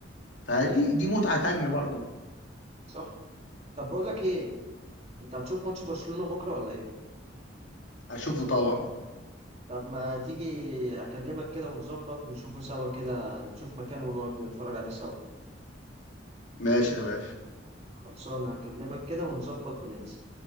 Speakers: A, on the left; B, on the right.
A: فدي
B: حقيقي
A: دي متعه تانية برضه
B: صح طب بقول لك ايه انت هتشوف ماتش برشلونه بكره ولا ايه
A: هشوفه طبعا
B: طب ما تيجي اكلمك كده ونظبط نشوفه سوا كده نشوف مكان ونقعد نتفرج عليه سوا
A: ماشي يا باشا
B: خلصانه اكلمك كده ونظبط وننزل